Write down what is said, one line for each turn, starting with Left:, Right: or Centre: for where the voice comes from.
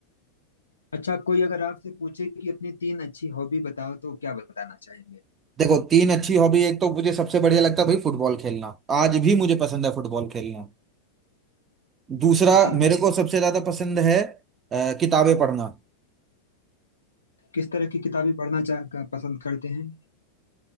Left: अच्छा कोई अगर आपसे पूछे कि अपनी तीन अच्छी हॉबी बताओ तो क्या बताना चाहेंगे
Right: देखो तीन अच्छी हॉबी एक तो मुझे सबसे बढ़िया लगता है भाई फुटबॉल खेलना आज भी मुझे पसंद है फुटबॉल खेलना दूसरा
Left: जी
Right: मेरे
Left: जी
Right: को सबसे ज्यादा पसंद है अ, किताबें पढ़ना
Left: किस तरह की किताबें पढ़ना चाह पसंद करते हैं